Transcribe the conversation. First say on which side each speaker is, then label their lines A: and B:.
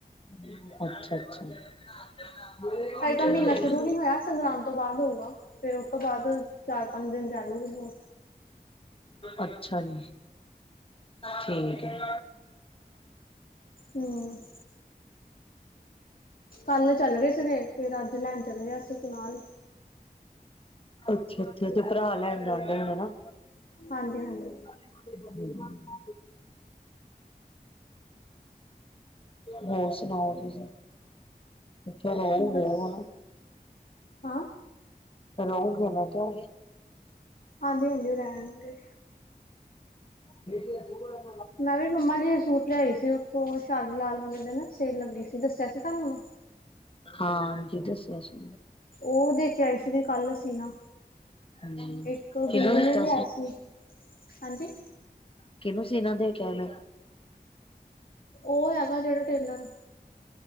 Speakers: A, on the left; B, on the left.
A: ਅੱਛਾ-ਅੱਛਾ, ਠੀਕ ਏ।
B: ਹਜੇ ਤਾਂ ਮਹੀਨਾ ਸ਼ੁਰੂ ਨੀ ਹੋਇਆ ਸੰਗਰਾਂਦ ਤੋਂ ਬਾਦ ਹੋਊਗਾ ਫਿਰ ਓਤੋਂ ਬਾਦ ਚਾਰ ਪੰਜ ਦਿਨ ਰੈਲੋਗੇ ਹੋਰ
A: ਅੱਛਾ ਜੀ, ਠੀਕ ਐ। <inaudible>
B: ਹਮ ਕੱਲ ਚੱਲ ਗਏ ਸੀਗੇ, ਫਿਰ ਅੱਜ ਲੈਨ ਚੱਲ ਗਿਆ ਸੀ ਕੁਨਾਲ।
A: ਅੱਛਾ-ਅੱਛਾ, ਤੇ ਭਰਾ ਲੈਨ ਜਾਂਦੇ ਨੇ ਹਨਾ।
B: ਹਾਂਜੀ-ਹਾਂਜੀ।
A: <inaudible> ਹੋਰ ਸੁਨਾਓ ਤੁਸੀ, ਅੱਛਾ ਰਓਗੇ
B: ਬਸ
A: ਹੁਨ।
B: ਹਾਂ।
A: ਰਓਗੇ ਮੈਂ ਕਿਆ।
B: ਹਾਂਜੀ-ਹਾਂਜੀ, ਓ ਰੈਨਗੇ।
A: <inaudible>
B: ਮੈਂ ਵੀ ਮੰਮਾ ਲਈ ਸੂਟ ਲਿਆਈ ਸੀ ਉੱਥੋਂ, ਸ਼ਾਲੀ ਲਾਲ ਵਾਲੇ ਦਿਨ ਸੇਲ ਲੱਗੀ ਸੀ ਦੱਸਿਆ ਸੀ ਤੁਆਨੂੰ।
A: ਹਾਂ ਜੀ, ਦੱਸਿਆ ਸੀ।
B: ਓ ਦੇ ਕੇ ਆਈ ਸੀਗੇ ਕੱਲ ਅਸੀਂ ਨਾ,
A: ਹਮ
B: ਇੱਕ ਗੁਨਗੁਨ
A: ਕਿਹਨੂੰ ਦਿੱਤਾ
B: ਨੇ ਲਿਆ ਸੀ। ਹਾਂਜੀ।
A: ਕਿੰਨੂੰ ਸੀਨਾ ਦੇ ਕੇ ਆਨਾ।
B: ਓ ਹੈਗਾ ਜੇੜਾ ਟੇਲਰ।